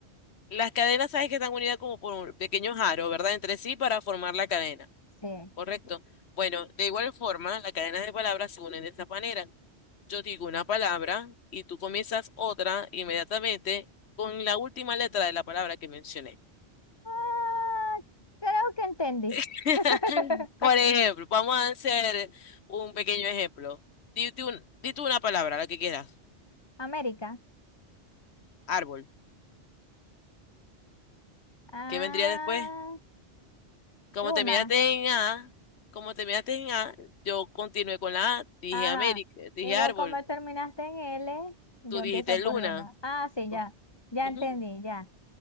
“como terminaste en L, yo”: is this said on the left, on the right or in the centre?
Left